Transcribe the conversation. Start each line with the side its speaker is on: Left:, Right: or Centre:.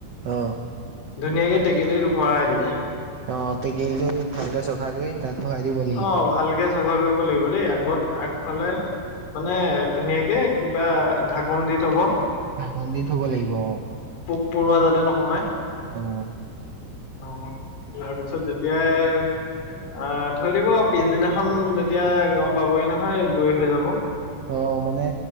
Right: অ',
Left: ধুনীয়াকে টেকেলিত ভৰাই দিব।
Right: অ টেকেলিতো ভালকে চফা কৰি তাত ভৰাই দিব লাগিব।
Left: অ ভালকে চফা কৰিব লাগিব দেই আগত আগফালে মানে ধুনীয়াকে কিবা ঢাকন দি থব।
Right: ঢাকন দি থব লাগিব অ
Left: পোক পৰুৱা যাতে নোসোমাই।
Right: অ।
Left: অ তাৰপিছত যেতিয়াই আহ থৈ দিব পিছদিনাখন তেতিয়া গম পাবই নহয় দৈ হৈ যাব।
Right: অ মানে।